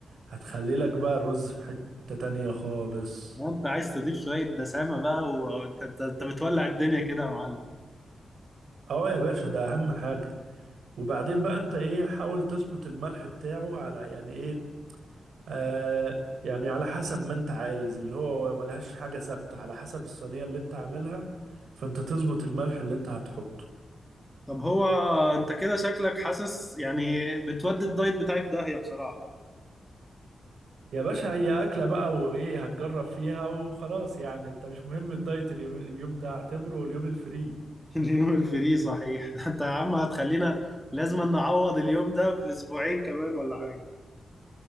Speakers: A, on the right; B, in the centre.
A: هتخلي لك بقى الرز في حتة تانية خالص
B: وأنت عايز تضيف شوية دسامة بقى وأنت أنت أنت بتولع الدنيا كده يا معلم
A: اه يا باشا ده اهم حاجة وبعدين بقى انت ايه حاول تظبط الملح بتاعه على يعني ايه آه يعني على حسب ما انت عايز اللي هو ملهاش حاجة ثابتة على حسب الصينية اللي انت عاملها فانت تظبط الملح اللي انت هتحطه
B: طب هو أنت كده شكلك حاسس يعني بتودي الدايت بتاعي في داهية بصراحة
A: يا باشا هي أكلة بقى وإيه هتجرب فيها وخلاص يعني انت مش مهم الدايت اليوم, اليوم ده اعتبره اليوم الفري
B: <laughs> اليوم الفري صحيح <laughs> انت يا عم هتخلينا لازم نعوض اليوم ده باسبوعين كمان ولا حاجه